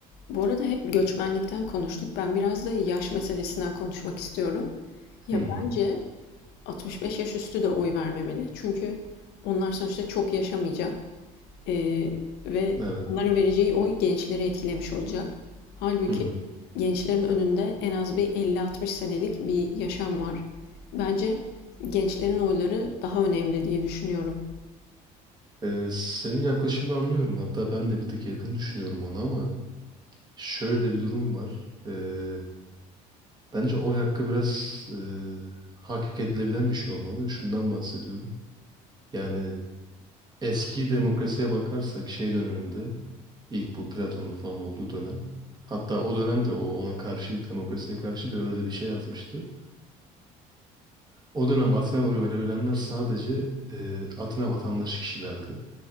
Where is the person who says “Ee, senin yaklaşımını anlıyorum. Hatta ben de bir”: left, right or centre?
Right